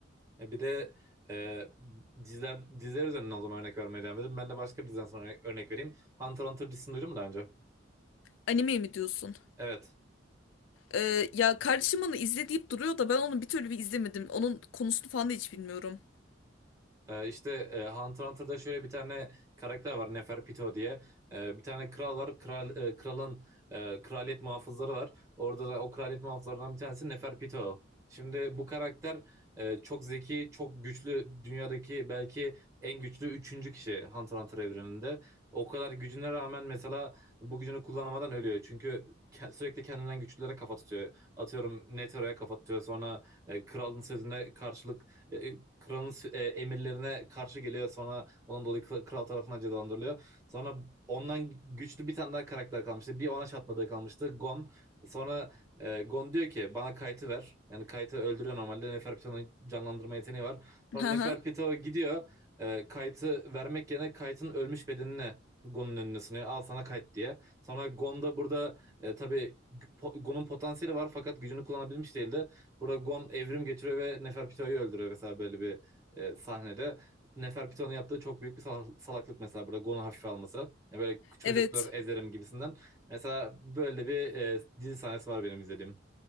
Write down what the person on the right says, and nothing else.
Ya bir de e, diziler, diziler üzerinden o zaman örnek vermeye devam edelim. Ben de başka bir diziden sonra örnek, örnek vereyim. Hunter x Hunter dizisini duydun mu daha önce?
Evet.
Ee, işte e, Hunter Hunter'da şöyle bir tane karakter var Neferpito diye. Ee, bir tane kral var. Kral e, kralın e, kraliyet muhafızları var. Orada da o kraliyet muhafızlarından bir tanesi Neferpito. Şimdi bu karakter e, çok zeki, çok güçlü dünyadaki belki en güçlü üçüncü kişi Hunter Hunter evreninde. O kadar gücüne rağmen mesela bu gücünü kullanamadan ölüyor. Çünkü ke- sürekli kendinden güçlülere kafa tutuyor. Atıyorum Netero'ya kafa tutuyor. Sonra e, kralın sözüne karşılık e, e, kralın e, emirlerine karşı geliyor. Sonra onun dolayı kral tarafından cezalandırılıyor. Sonra ondan güçlü bir tane daha karakter kalmıştı. Bir ona çatmadığı kalmıştı. Gon. Sonra e, Gon diyor ki bana Kayt'ı ver. Yani Kayt'ı öldürüyor normalde. Neferpito'nun canlandırma yeteneği var. Sonra
Neferpito
gidiyor. E, Kayt'ı vermek yerine Kayt'ın ölmüş bedenini Gon'un önüne sunuyor. Al sana Kayt diye. Sonra Gon da burada e, tabii Gon'un potansiyeli var fakat gücünü kullanabilmiş değildi. Burada Gon evrim geçiriyor ve Neferpito'yu öldürüyor mesela böyle bir e, sahnede. Neferpito'nun yaptığı çok büyük bir sal- salaklık mesela burada Gon'u hafife alması. Yani böyle çocuklar
ezerim gibisinden. Mesela böyle bir e, dizi sahnesi var benim izlediğim.